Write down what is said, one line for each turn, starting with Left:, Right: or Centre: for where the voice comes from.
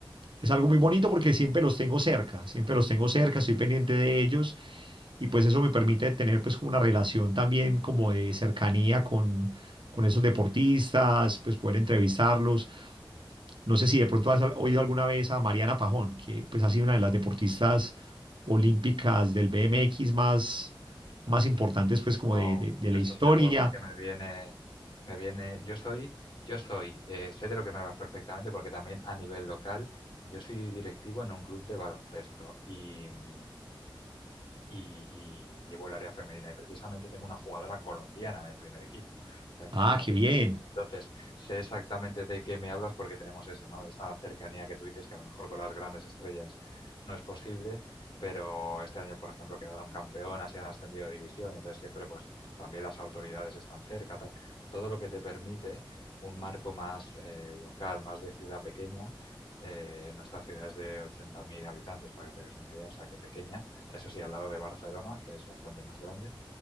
Right: es algo muy bonito porque siempre los tengo cerca, siempre los tengo cerca, estoy pendiente de ellos y pues eso me permite tener pues como una relación también como de cercanía con, con esos deportistas, pues poder entrevistarlos. No sé si de pronto has oído
Left: Sí.
Right: alguna vez a Mariana Pajón, que pues ha sido una de las deportistas olímpicas del BMX más, más
Left: Mm,
Right: importantes pues como de, de, de la
Left: Es
Right: historia.
Left: un deporte que me viene, me viene. Yo soy, yo soy, eh, sé de lo que me hablas perfectamente, porque también a nivel local, yo soy directivo en un club de baloncesto y mm, y, y llevo el área femenina. Y precisamente tengo una jugadora colombiana en el primer equipo. O sea, imagínate.
Right: Ah, qué bien.
Left: Entonces, sé exactamente de qué me hablas porque tenemos eso, ¿no? De esa cercanía que tú dices que a lo mejor con las grandes estrellas no es posible, pero este año, por ejemplo, quedaron campeonas y han ascendido de división, y entonces siempre, pues, también las autoridades están cerca, tal. Todo lo que te permite un marco más eh, local, más de ciudad pequeña. Eh, nuestra ciudad es de 80.000 habitantes, para que te hagas una idea, o sea que pequeña, eso sí, al lado de Barcelona, que es bastante más grande.